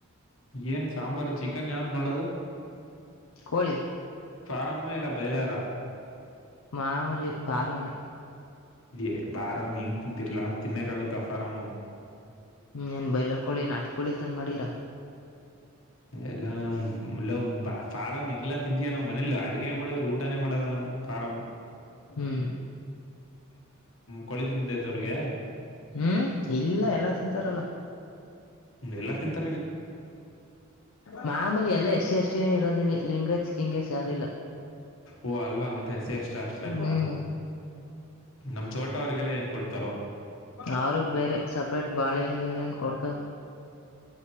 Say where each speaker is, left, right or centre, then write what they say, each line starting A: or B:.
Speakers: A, on the left; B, on the left.
A: ಏನ್ ಸಾಂಬಾರು ಚಿಕನ್ ಯಾವದ ಮಾಡೋದು
B: ಕೋಳಿ
A: ಪ್ಲಮ್ಮು ಇಲ್ಲ ಬೈಲರ
B: ಮಾಮೂಲಿ ಪಾರಾಮೆ
A: ಏ ಫಾರಂ ಹೆಂಗ ತಿಂತರ್ಲಾ ತಿನ್ನಕ್ಕ ಆಗುತ್ತ ಫಾರಂ
B: ಹು ಏನ್ ಬಯಲರ್ ಕೋಳಿ ನಾಟಿ ಕೋಳಿ ತಂದ ಮಾಡಿರಾ
A: ಇಲ್ಲ ನಾವು ಫಾರಂ ಹೆಂಗಲ ತಿಂತಿ ನಮ್ಮ ಮನೆಯಲ್ಲಿ ಅ ಅಡ್ಗೆ ಮಾಡಿದ್ರು ಊಟನೇ ಮಾಡದ ನಾನು ಾರಾಮ್
B: ಹ್ಮ್
A: ಕೊಳದಿಂದ ಇದದ್ದವ್ರಿಗೆ
B: ಹ್ಮ್ ಇಲ್ಲ ಎಲ್ಲಾ ತಿಂತಾರಲ್ಲ
A: ಹ್ಮ್ ಎಲ್ಲಾ ತಿಂತ
B: ಮಾಮೂಲಿ ಎಲ್ಲ ಎಷ್ಟೆ ಎಷ್ಟಿನ ಇರೋದಿಿಲ್ಲ ಲಿಂಗಜ್ ಕಿಂಗಜ್ ಯಾರಿಲ್ಲ
A: ಓ ಅಲ್ವಾ ಹಂಗಂತ ಎ ಸಿ ಎಷ್ಟ ಅಷ್ಟಲ ಅಲ್ವಾ
B: ಹ್ಮ್
A: ಅದು ನಮ ಚೋಟ ಅವ್ರಿಗೆಲ್ಲ ಏನ್ ಕೊಡ್ತಾರೋ
B: ಅವ್ರಗ್ ಬೇರೆ ಸಪ್ರೇಟ್ ಬಾಳೆನ್ನ್ ಕೊಡ್ತಾರ